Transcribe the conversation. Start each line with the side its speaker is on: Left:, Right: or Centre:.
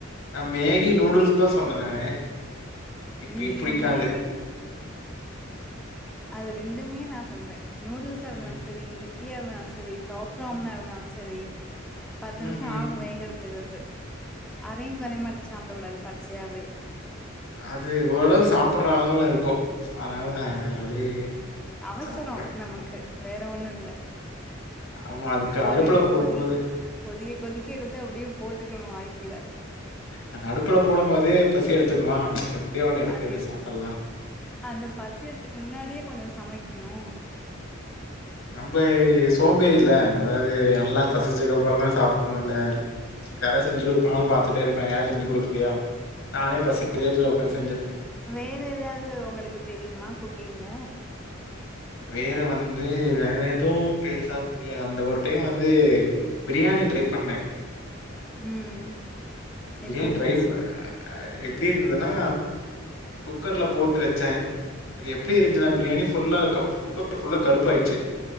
Left: நான் மேகி நூடுல்ஸ் தான் சொன்னேன் நானு. இப்பி
Centre: நீங்க
Left: புடிக்காது.
Centre: மேகின் அது ரெண்டுமே நா சொல்றே நூடூல்ஸா இருந்தாலு
Left: ம்.
Centre: சரி இ ப்பியா இருந்தாலு சரி டாப் ராமனா
Left: ம்.
Centre: இருந்தாலு ச சரி பத்து நிமிஷ
Left: ம்ஹ்ம்.
Centre: ஆகு வேகறதுக்கு அது அரையு குறையுமா எடுத்து சாப்பிட கூடாது பச்சையாவே
Left: அது ஓரளவு சாப்படுற அளவுல இருக்கு அதனால அப்படியே
Centre: அவசர
Left: சாப்ட்டுருவேன்.
Centre: நமக்கு வேற ஒண்ணு இல்ல
Left: ஆமா அதுக்கு
Centre: ஒரடியா
Left: அடுப்புல போடும்போது
Centre: கொதிக்க கொதிக்க கொதிக்க எடுத்து அப்படியே போட்டுக்கணு வாய் குல்ல
Left: அந்த அடுப்புல போடும் போதே பசி எடுத்துக்குமா எப்படியோ ஒண்ணு எடுத்து
Centre: அது
Left: எப்படியோ
Centre: எப்
Left: சாப்டறலாம்.
Centre: அந்த பசியருதுக்கு முன்னாடியே கொஞ்சு சமைக்கிணு
Left: நம்ப சோம்பேறில்ல. அதாவது நல்லா பசிச்சது கப்றோ தா சாப்புணும்ல்ல யாராது செஞ்சு கொடுப்பாங்கல பார்த் பாத்திட்டே இருப்பே யாரு செஞ்சி கொடுக்கலையா நானே பசிக்கிதே போய் உக்காந்
Centre: வேற ஏதாவது உங்களுக்கு தெரியுமா குக்கிங்ல
Left: வேற வந்து வேற எதுவு பெருசா தெரியாது அந்த ஒரு டைம் வந்து பிரியாணி ட்ரை பண்ணே
Centre: ம்
Left: பிரியாணி
Centre: எப்டி இருந்துச்சு
Left: ட்ரை ஆ எப்படி இருந்ததுன்னா குக்கர்ல போட்டு வச்சே அது எப்படி இருந்துச்சுன்னா பிரியாணி புல்லா கப் குக்கர் புல்லா கருப்பாயிடுச்சு